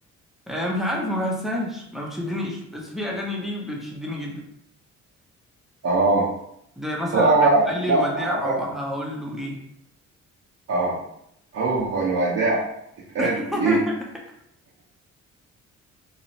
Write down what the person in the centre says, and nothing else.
آه، مش عارف ما بحسهاش ما بتشدنيش بس في اغاني ليه بتشدني جدا
ده مثلا
قال لي
الوداع
او هقول له ايه
<laughs>